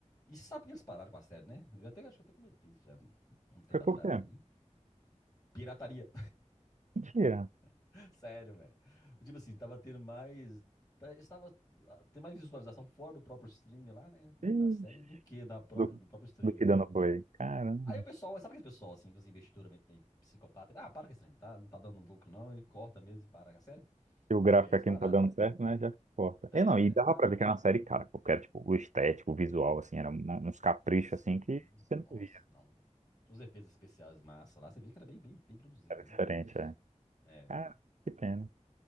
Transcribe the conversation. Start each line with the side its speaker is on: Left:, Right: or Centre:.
Left: E você sabe por que eles pararam com a série, né? Eu até acho que eu até comentei isso já um tempo
Right: Foi
Left: atrás
Right: pouco tempo.
Left: aí. Pirataria.
Right: Mentira.
Left: <laughs> Sério, velho. Tipo assim, tava tendo mais. tá- Estava tem mais visualização fora do próprio stream lá, né?
Right: Ixi,
Left: Da série do que da própria,
Right: Do,
Left: do próprio stream.
Right: do que dando play. Caramba.
Left: Aí o pessoal, sabe aquele pessoal assim, com as investidoras meio, meio psicopata? Ah, para com esse trem, tá, não tá dando lucro não, e corta mesmo e para com a série.
Right: Se o gráfico
Left: E aí eles
Right: aqui
Left: pararam,
Right: não tá dando
Left: né?
Right: certo, né? Já corta.
Left: É,
Right: E não, e dava
Left: vai
Right: pra
Left: lá.
Right: ver que era uma série cara, porque era tipo, o estético, o visual, assim, eram uns caprichos
Left: Sim,
Right: assim que você não
Left: nossa,
Right: via,
Left: não. Tinha uns efeitos especiais massa lá, você via que era bem, bem, bem produzido,
Right: era
Left: entendeu?
Right: diferente, é.
Left: É.
Right: Cara, que pena.